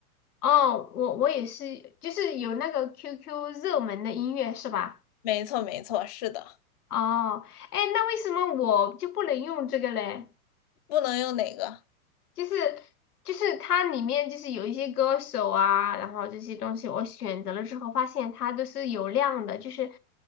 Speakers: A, on the left; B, on the left.
A: 哦，我我也是，就是有那个 QQ 热门的音乐是吧？
B: 没错，没错，是的，
A: 哦，哎，那为什么我就不能用这个嘞？
B: 不能用哪个？
A: 就是就是它里面就是有一些歌手啊，然后这些东西我选择了之后，发现它都是有量的，就是